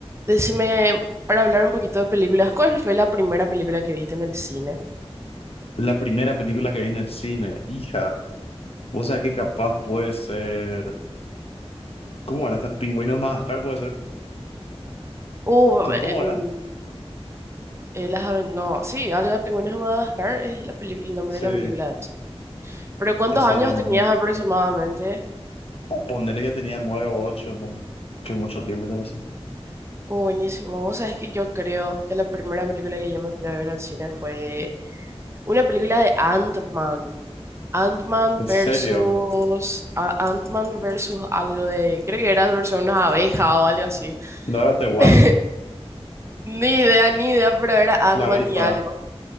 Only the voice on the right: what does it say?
Decime, para hablar un poquito de películas, ¿cuál fue la primera película que viste en el cine?
Uh,
eh, mm,
eh, las, aven- no, sí, algo de Pingüinos de Madagascar es la peli- el nombre
de la película de eso. Pero ¿cuántos
años
tenías aproximadamente?
Uh, buenísimo. Vos sabés que yo creo que la primera película que yo me fui a ver al cine fue una película de Ant-Man. Ant-Man
versus...
a- Ant-Man versus algo de... Creo que era versus unas abejas o algo así.
<laughs> Ni idea, ni idea, pero era Ant-Man
y algo.